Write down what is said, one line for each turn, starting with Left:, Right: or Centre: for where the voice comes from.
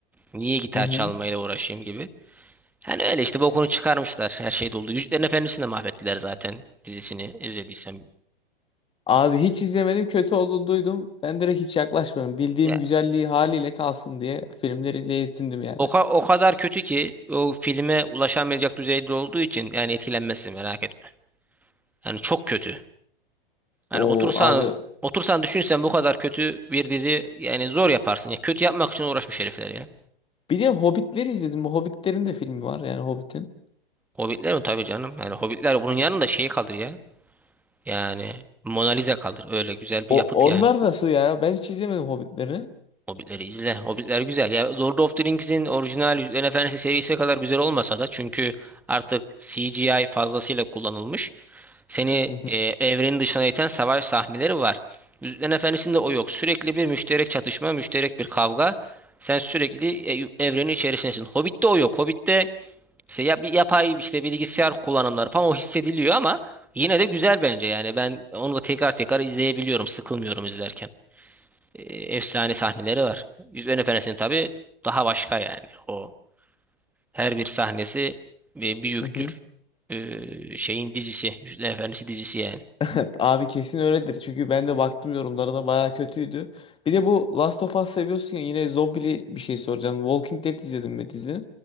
Centre: Niye gitar
Left: hı.
Centre: çalmayla uğraşayım gibi. Yani öyle işte bokunu çıkarmışlar. Her şey doldu. Yüzüklerin Efendisi'ni de mahvettiler zaten dizisini izlediysem.
Left: Abi hiç izlemedim, kötü olduğunu duydum. Ben direkt hiç yaklaşmadım. Bildiğim
Centre: Ya,
Left: güzelliği haliyle kalsın diye filmleriyle yetindim yani.
Centre: o, ka- o kadar kötü ki o filme ulaşamayacak düzeyde olduğu için yani etkilenmezsin merak etme. Yani çok kötü. Yani
Left: O
Centre: otursan
Left: abi.
Centre: otursan düşünsen bu kadar kötü bir dizi yani zor yaparsın. Ya, kötü yapmak için uğraşmış herifler ya.
Left: Bir de Hobbitleri izledim. Bu Hobbitlerin de filmi var yani Hobbit'in.
Centre: Hobbitler mi tabii canım. Yani Hobbitler bunun yanında şey kalır ya. Yani Mona Lisa kalır. Öyle güzel
Left: O
Centre: bir yapıt
Left: onlar
Centre: yani.
Left: nasıl ya? Ben hiç izlemedim Hobbitleri.
Centre: Hobbitleri izle. Hobbitler güzel. Ya Lord of the Rings'in orijinal Yüzüklerin Efendisi serisi kadar güzel olmasa da çünkü artık CGI fazlasıyla kullanılmış. Seni
Left: Hı hı.
Centre: e, evrenin dışına iten savaş sahneleri var. Yüzüklerin Efendisi'nde o yok. Sürekli bir müşterek çatışma, müşterek bir kavga. Sen sürekli e, evrenin içerisindesin. Hobbit'te o yok. Hobbit'te işte ya bir yapay işte bilgisayar kullanımları falan o hissediliyor ama yine de güzel bence yani ben onu da tekrar tekrar izleyebiliyorum. Sıkılmıyorum izlerken e, efsane sahneleri var. Yüzüklerin Efendisi'nin tabii daha başka yani. O her bir sahnesi bir büyüktür.
Left: Hı hı.
Centre: E, şeyin dizisi, Yüzüklerin Efendisi dizisi yani.
Left: <laughs> Abi kesin öyledir. Çünkü ben de baktım yorumlarına bayağı kötüydü. Bir de bu Last of Us seviyorsun ya yine zombili bir şey soracağım. Walking Dead izledin mi dizi?